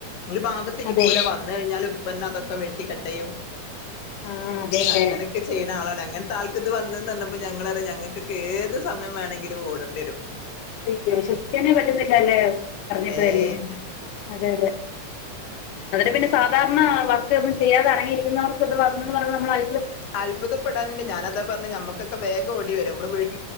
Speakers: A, on the left; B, on the left.
A: ഒരു ഭാഗത്ത് ഇരിക്കൂല
B: അതെ
A: വന്ന് കഴിഞ്ഞാൽ ഉപ്പന്നെ അതൊക്കെ വെട്ടിക്കട്ടയ
B: ആ അതെല്ലേ
A: അങ്ങനെയൊക്കെ ചെയ്യണ ആളാണ് അങ്ങനത്തെ ആൾക്ക് ഇത് വന്നന്ന് പറഞ്ഞപ്പോ ഞങ്ങള് പറയും ഞങ്ങൾക്കൊക്കെ ഏത് സമയം വേണമെങ്കിലും ഓടേണ്ടിവരും
B: അയ്യോ വിശ്വസിക്കാനേ പറ്റത്തില്ല അല്ലേ പറഞ്ഞപ്പഴ്
A: ഏയ്
B: തന്നെ അതെ അതെ അതിന് പിന്നെ സാധാരണ വർക്ക് ഒന്നും ചെയ്യാതെ ഇറങ്ങിയിരിക്കുന്നവർക്ക് ഇത് വന്നന്ന് പറയുമ്പേ നമ്മള് അ
A: അത്ഭുതപ്പെടാനുണ്ട് ഞാൻ അതാ പറഞ്ഞെ നമ്മുക്കൊക്കെ വേഗ ഓടി വരും നമ്മള് വീട്ടി